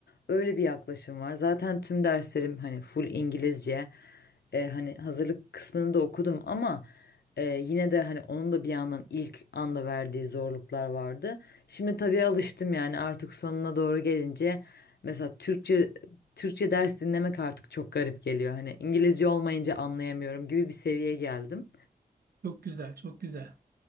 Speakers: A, on the left (about 80°); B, on the right (about 65°).
A: Öyle bir yaklaşım var. Zaten tüm derslerim hani full İngilizce. E, hani hazırlık kısmını da okudum ama e, yine de hani onun da bir yandan ilk anda verdiği zorluklar vardı. Şimdi tabii alıştım yani artık sonuna doğru gelince mesela Türkçe Türkçe ders dinlemek artık çok garip geliyor. Hani İngilizce olmayınca anlayamıyorum gibi bir seviyeye geldim.
B: Çok güzel, çok güzel.